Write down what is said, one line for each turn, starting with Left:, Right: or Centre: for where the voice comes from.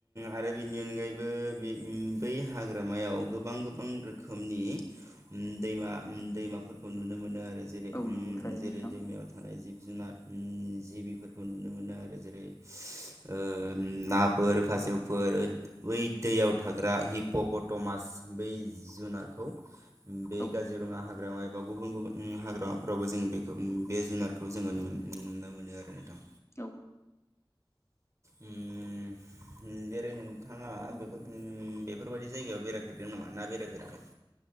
Right: आरो बेनि अनगायैबो बे बै हाग्रामायाव गोबां गोबां रोखोमनि अम दैमा अम दैमाफोरखौ नुनो मोनो आरो जेरै
Left: औ
Right: अम
Left: नंगौ थारैनो
Right: जेरै
Left: नोंथां
Right: दैमायाव थानाय जिब जुनार जिबिफोरखौ नुनो मोनो आरो जेरै ओ नाफोर खासेवफोर बै दैयाव थाग्रा हिपपटमास बै जुनारखौ बे
Left: औ
Right: काजिरङा हाग्रामा एबा गुबुन गुबुन हाग्रामाफोरावबो जोंङो बे बे जुनारखौ जोंङो नुनो मोनो आरो नोंथां
Left: औ
Right: अम अम जेरै नोंथाङा बेफोर अम बेफोरबायदि जायगायाव बेराय फेरदों नामा ना बेरायफेराखै